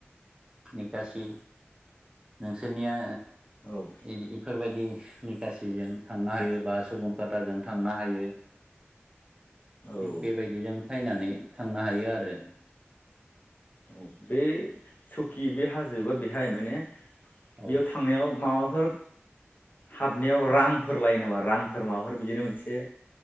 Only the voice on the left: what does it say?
औ
औ
औ बे सकि बे हाजोबा बेहाय माने
बेयाव थांनायाव माबा माबाफोर हाबनायाव रांफोर लायो नामा रांफोर माबाफोर बिदिनो मोनसे